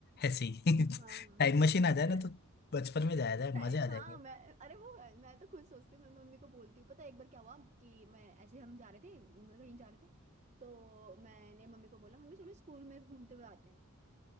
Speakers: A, on the left (about 45°); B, on the right (about 30°).
A: ऐसे ही <laughs>
B: हाँ
A: टाइम मशीन आ जाए
B: <laughs>
A: ना तो बचपन में जाया जाए
B: टाइम
A: मजे आ जाएंगे
B: हाँ मैं अरे वो मैं तो खुद सोचती हूँ मैं मम्मी को बोलती हूँ पता है एक बार क्या हुआ कि मैं ऐसे हम जा रहे थे मतलब कहीं जा रहे थे तो मैंने मम्मी को बोला मम्मी चलो स्कूल में घूमते हुए आते हैं